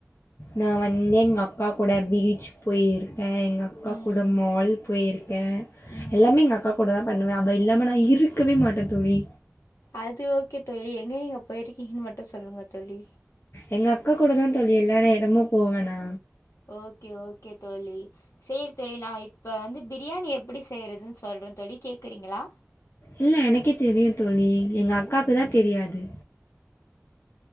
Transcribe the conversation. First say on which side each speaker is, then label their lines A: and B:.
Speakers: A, on the left; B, on the left.
A: நா வந்து எங்க அக்கா கூட பீச் போயி தே எங்க அக்கா
B: ம்
A: கூட மால் போயிர் கே
B: ம்
A: எல்லாமே எங்க அக்கா கூடதா பண்ணுவே அவ இல்லாம நா இருக்கவே மாட்டே தோழி
B: அது ஓகே தோழி எங்கெங்க போயிருக்கீங்க மட்டோ சொல்லுங்க தோழி
A: எங்க அக்கா கூடதா தோழி எல்லான எடமும் போவே நா
B: ஓகே ஓகே தோழி செரி தோழி நா இப்ப வந்து பிரியாணி எப்டி செய்றதுன்னு சொல்றே தோழி கேக்குறீங்களா
A: இல்ல எனக்கே தெரியு தோழி எங்க அக்காக்குதா தெரியாது